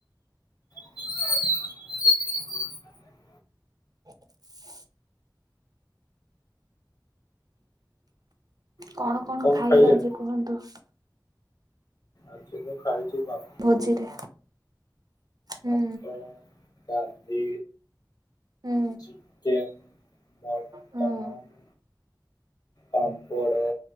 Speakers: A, on the left (about 55°); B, on the right (about 55°).
A: ସ୍ <unintelligible>
B: ହ <unintelligible>
A: ଆଉ
B: କଣ କଣ ଖାଇଲେ
A: ଖାଇଲେଣି?
B: ଆଜି କୁହନ୍ତୁ?
A: ଆଜି ମୁଁ ଖାଇଛି ଭାତ
B: ଭୋଜିରେ ହୁଁ
A: ଭାତ ଡାଲି
B: ହୁଁ
A: ଚିକେନ୍ ମଟାମ୍ନ୍
B: ହୁଁ
A: ପାମ୍ପଡ଼ା